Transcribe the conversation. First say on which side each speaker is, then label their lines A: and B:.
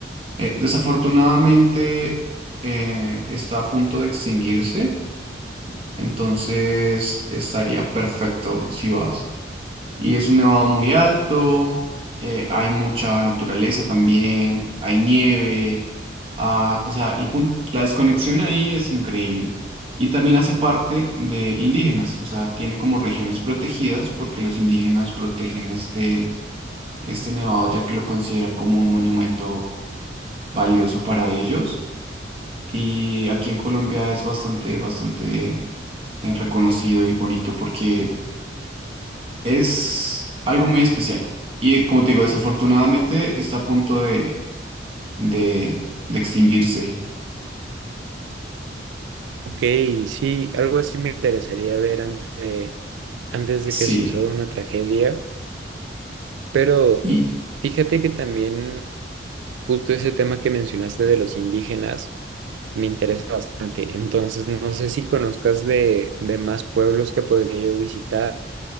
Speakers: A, on the right; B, on the right.
A: Eh, desafortunadamente, eh, está a punto de extinguirse, entonces estaría perfecto si vas. Y es un nevado muy alto, eh, hay mucha naturaleza también, hay nieve a- o sea, el punto, la desconexión ahí es increíble. Y también hace parte de indígenas, o sea, tiene como regiones protegidas porque los indígenas protegen este, este nevado ya que lo consideran como un monumento valioso para ellos. Y aquí en Colombia es bastante, bastante eh, reconocido y bonito porque es algo muy especial. Y como te digo, desafortunadamente está a punto de, de, de extinguirse.
B: Ok, sí, algo así me interesaría ver antes de, antes de que
A: Sí.
B: suceda una tragedia, pero
A: Y
B: fíjate que también justo ese tema que mencionaste de los indígenas me interesa bastante, entonces no sé si conozcas de, de más pueblos que podría yo visitar